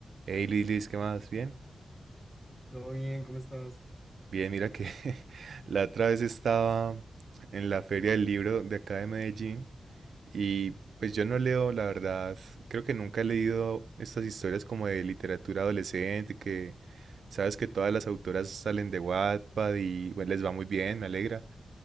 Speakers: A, on the right; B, in the centre.
A: Hey Lilis, ¿qué más? ¿Bien?
B: Todo bien, ¿cómo estás?
A: Bien, mira que <laughs> la otra vez estaba en la feria del libro de acá de Medellín y pues yo no leo, la verdad, creo que nunca he leído estas historias como de literatura adolescente, que sabes que todas las autoras salen de Wattpad y bueno, les va muy bien, me alegra.